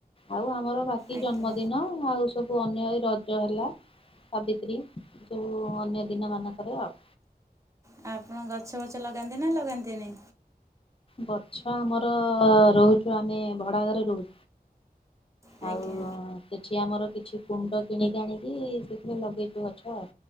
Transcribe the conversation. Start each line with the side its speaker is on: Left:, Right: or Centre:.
Left: ଆଉ ଆମର ବାକି
Right: ଆଜ୍ଞା
Left: ଜନ୍ମଦିନ ଆଉ ସବୁ ଅନ୍ୟ ଏଇ ରଜ ହେଲା। ସାବିତ୍ରୀ ଯଉ ଅନ୍ୟ ଦିନ ମାନଙ୍କରେ ଆଉ।
Right: ଆ ଆପଣ ଗଛ ଫଛ ଲଗାନ୍ତି ନା ଲଗାନ୍ତିନି?
Left: ଗଛ ଆମର ରୋହୁଛୁ ଆମେ ଭଡ଼ା ଘରେ ରୋହୁ
Right: ଆଜ୍ଞା
Left: ଆଉ କିଛି ଆମର କିଛି କୁଣ୍ଡ କିଣିକି ଆଣିକି ସେଥିରେ ଲଗେଇଛୁ ଗଛ ଆଉ।